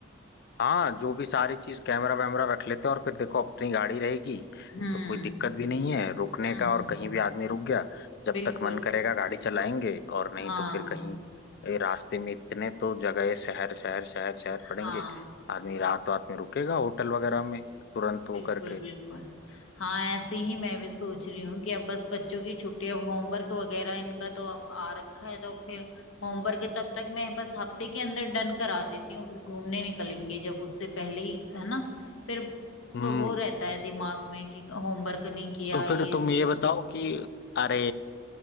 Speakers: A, on the left (about 50°); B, on the left (about 80°).
A: हाँ जो भी सारी चीज कैमरा वैमरा रख लेते हैं और फिर देखो अपनी गाड़ी रहेगी
B: हम्म
A: तो कोई दिक्कत भी नहीं है रुकने
B: हम्म
A: का और
B: हम्म हम्म,
A: कहीं
B: हम्म,
A: भी आदमी रुक गया जब
B: बिल्कुल
A: तक मन करेगा गाड़ी चलाएंगे और नहीं
B: हाँ
A: तो फिर कहीं ए, रास्ते में इतने तो जगह शहर शहर शहर शहर
B: हाँ
A: पड़ेंगे आदमी रात रात में रुकेगा होटल वगैरह में तुरंत वो
B: बिल्कुल
A: करके
B: बिल्कुल हाँ ऐसे ही मैं भी सोच रही हूँ कि अब बस बच्चों की छुट्टी अब होमवर्क वगैरह इनका तो अब आ रखा है तो फिर होमवर्क तब तक मैं बस हफ्ते के अंदर डन करा देती हूँ फिर घूमने निकलेंगे जब उससे पहले ही है ना फिर
A: हम्म
B: वो रहता है दिमाग में कि होमवर्क नहीं किया
A: तो
B: ये
A: फिर तुम
B: सो
A: ये बताओ कि अरे